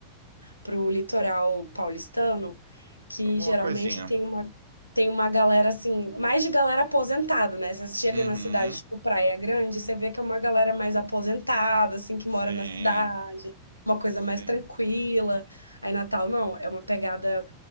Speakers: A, on the left; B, on the right.
A: para o litoral paulistano, que
B: Alguma
A: geralmente
B: coisinha.
A: tem uma, tem uma galera assim, mais de galera aposentada, né? Você chega
B: Uhum.
A: na cidade, tipo Praia Grande, você vê que é uma galera mais aposentada, assim, que
B: Sim,
A: mora na cidade, uma coisa
B: sim.
A: mais tranquila. Aí Natal, não, é uma pegada